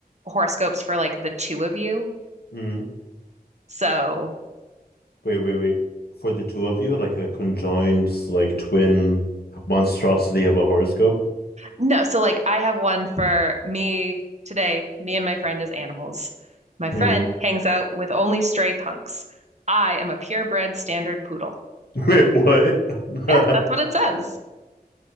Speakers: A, on the right; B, on the left.
A: horoscopes for like the two of you
B: hmm
A: So,
B: Wait, wait, wait. For the two of you, like a conjoined, like twin monstrosity of a horoscope?
A: no, so like I have one for me today. Me and my friend as animals. My friend
B: Mm.
A: hangs out with only stray punks. I am a purebred standard poodle.
B: <laughs> Wait, what?
A: Yeah, that's
B: <laughs>
A: what it says.